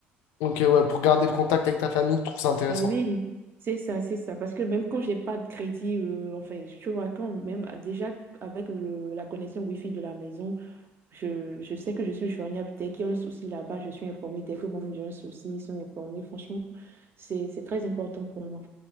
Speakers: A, on the left; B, on the right.
A: Ok, ouais, pour garder le contact avec ta famille, je trouve ça intéressant.
B: Ah oui, c'est ça, c'est ça. Parce que même quand j'ai pas de crédit, euh, enfin, tu vois, quand même déjà avec le- la connexion Wi-Fi de la maison, je, je sais que je suis joignable. Dès qu'il y a un souci là-bas, je suis informée. Dès que moi-même j'ai un souci, ils sont informés. Franchement, c'est, c'est très important pour moi.